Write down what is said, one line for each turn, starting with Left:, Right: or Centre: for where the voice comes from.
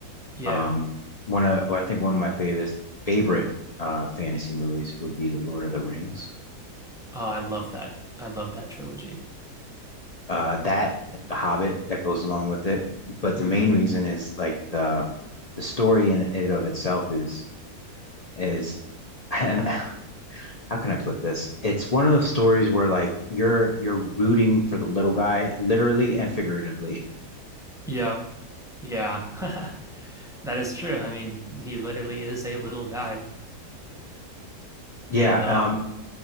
Centre: Yeah.
Left: Um, one of I think one of my favorite favorite uh fantasy movies would be The Lord of the Rings.
Centre: Oh, I love that. I love that trilogy.
Left: Uh, that The Hobbit that goes along with it. But
Centre: Mm-hmm.
Left: the main reason is like the the story in it of itself is is <laughs> and. how can I put this? It's one of those stories where like you're you're rooting for the little guy, literally and figuratively.
Centre: Yep. Yeah. <laughs> That is true. I mean, he literally is a little guy.
Left: Yeah.
Centre: Yeah, no,
Left: Um.